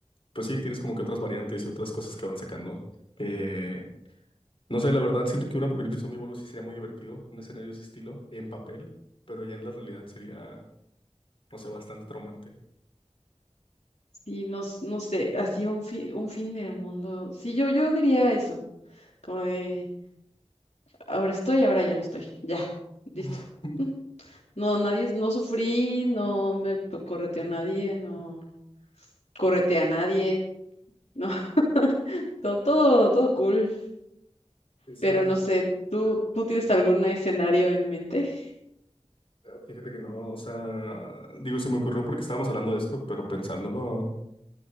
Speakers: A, on the left; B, on the left.
A: pues sí, tienes como que otras variantes y otras cosas que van sacando. Eh, no sé, la verdad, siento que un apocalipsis zombie vuelvo sí sería muy divertido, un escenario de ese estilo, en papel, pero ya en la realidad sería, no sé, bastante traumante.
B: Y no, s- no sé, así un fin, un fin del mundo. Sí, yo, yo diría eso, como de ahora estoy, ahora ya no estoy. Ya,
A: <laughs>
B: listo. Mm. No, nadie, no sufrí, no me p- correteó nadie, no correte a nadie, no, <laughs> todo, todo, todo cool.
A: Esa,
B: Pero no sé, ¿tú, tú tienes algún escenario en mente?
A: ah, fíjate que no, o sea, digo, se me ocurrió porque estábamos hablando de esto, pero pensándolo,